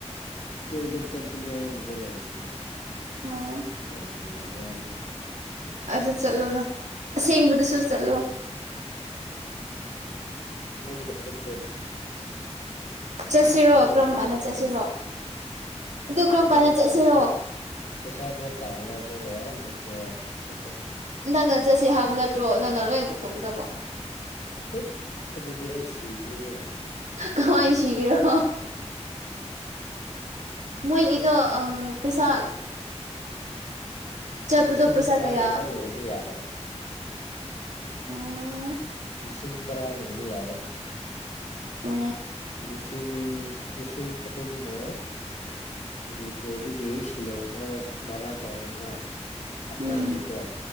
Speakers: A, on the left (about 70°); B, on the right (about 85°).
A: ꯀꯣꯏꯕ ꯆꯠꯄꯅꯤ ꯍꯥꯏꯅꯒꯣ ꯂꯩꯔꯝꯃꯤꯅꯤ
B: ꯑꯣ
A: ꯌꯥꯝ ꯅꯨꯡꯉꯥꯏꯕ ꯋꯥꯅꯤꯅ
B: ꯑꯗꯨ ꯆꯠꯂꯣꯅ ꯑꯁꯦꯡꯕꯗꯁꯨ ꯆꯠꯂꯣ
A: ꯅꯪꯒ ꯆꯠꯁꯦ
B: ꯆꯠꯁꯤꯔꯣ
A: ꯏꯊꯟꯗꯗꯤ
B: ꯀꯔꯝ ꯀꯥꯟꯗ
A: ꯆꯠꯅꯤꯡꯉꯦ
B: ꯆꯠꯁꯤꯔꯣ
A: ꯑꯗꯨ
B: ꯀꯔꯝ
A: ꯅꯪ
B: ꯀꯥꯟꯗ ꯆꯠꯁꯤꯔꯣ
A: ꯄꯩꯁꯥ ꯄꯩꯁꯥ ꯈꯔ ꯇꯥꯜꯂꯣ ꯑꯗꯨꯒ ꯅꯦꯛꯁ ꯏꯌꯥꯔ ꯆꯠꯁꯦ
B: ꯅꯪꯅ ꯆꯠꯁꯦ ꯍꯥꯏꯕ ꯅꯠꯇ꯭ꯔꯣ ꯅꯪꯅ ꯂꯣꯏ ꯄꯨꯊꯣꯛꯀꯗꯕ
A: ꯇꯨꯠ ꯑꯗꯨꯗꯤ ꯑꯩ ꯁꯤꯒꯅꯤꯍꯦ
B: ꯀꯃꯥꯏ ꯁꯤꯒꯦꯔꯣ ꯃꯣꯏꯒꯤꯗꯣ ꯑ ꯄꯩꯁꯥ ꯆꯠꯄꯗꯣ
A: ꯂꯤꯁꯤꯡ
B: ꯄꯩꯁꯥ
A: ꯇꯔꯥꯒꯨꯝꯕ
B: ꯀꯌꯥ
A: ꯂꯩꯔꯗꯤ ꯌꯥꯔꯦ
B: ꯑꯣ
A: ꯂꯤꯁꯤꯡ ꯇꯔꯥ ꯂꯩꫪꯗꯤ ꯌꯥꯔꯦ
B: ꯑꯣ
A: ꯂꯤꯁꯤꯡ ꯂꯤꯁꯤꯡ ꯑꯍꯨꯝꯅ ꯃꯅꯤꯄꯨꯔꯗꯒꯤ ꯁꯤꯂꯣꯡꯐꯥꯎ ꯚꯔꯥ ꯇꯧꯔꯣꯗꯅ ꯑꯞꯗꯥꯎꯟꯒꯤꯀꯣ
B: ꯎꯝ